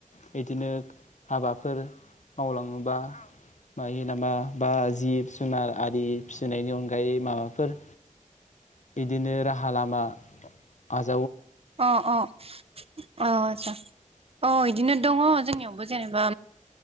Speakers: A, on the left; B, on the right.
A: बिदिनो हाबाफोर मावलाङोबा मायो नामा बा जिब जुनार आरि फिसिनायनि अनगायै माबाफोर बिदिनो राहा लामा आज
B: अ अ औ आदसा। अ इदिनो दङ जोंनियावबो जेनोबा